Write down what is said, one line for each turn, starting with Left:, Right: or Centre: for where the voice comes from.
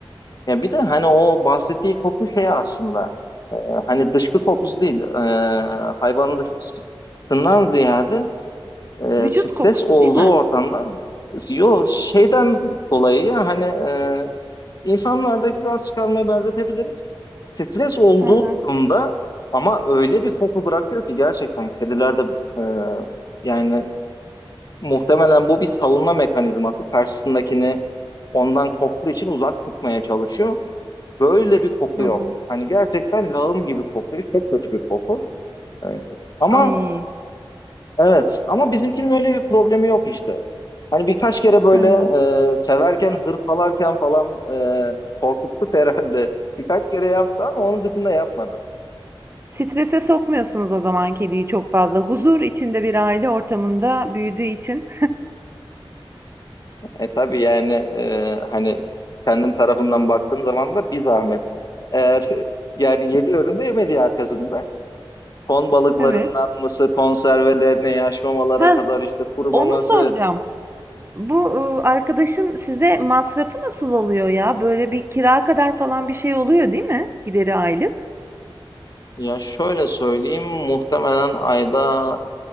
Left: Ya bir de hani o bahsettiği koku şey aslında e, hani dışkı kokusu değil e, hayvanın dışkısından ziyade e,
Right: Vücut
Left: stres
Right: kokusu
Left: olduğu
Right: değil mi?
Left: ortamda yo şeyden dolayı ya, hani e, insanlardaki gaz çıkarmaya benzetebiliriz. Stres olduğu
Right: Hı hı.
Left: durumda ama öyle bir koku bırakıyor ki gerçekten kedilerde e, yani muhtemelen bu bir savunma mekanizması karşısındakini ondan korktuğu için uzak tutmaya çalışıyor. Böyle bir koku
Right: Hı
Left: yok.
Right: hı.
Left: Hani gerçekten lağım gibi kokuyor. Çok kötü bir koku. Evet. Ama
Right: Ay.
Left: evet ama bizimkinin öyle bir problemi yok işte. Hani birkaç kere böyle
Right: Hı hı.
Left: e, severken hırpalarken falan e, korkuttuk <laughs> herhalde. Birkaç kere yaptı ama onun dışında yapmadı.
Right: Strese sokmuyorsunuz o zaman kediyi çok fazla. Huzur içinde bir aile ortamında büyüdüğü için.
Left: E tabii yani e, hani kendim tarafından baktığım zaman da bir zahmet. Eğer <laughs> yani yedi önünde yemediği arkasında. Ton balıklarından
Right: Evet.
Left: mısır konservelerine, yaş mamalara
Right: Heh,
Left: kadar işte kurumaması,
Right: onu soracağım. Bu e, arkadaşın size masrafı nasıl oluyor ya? Böyle bir kira kadar falan bir şey oluyor değil mi? Gideri aylık.
Left: Ya şöyle söyleyeyim, muhtemelen ayda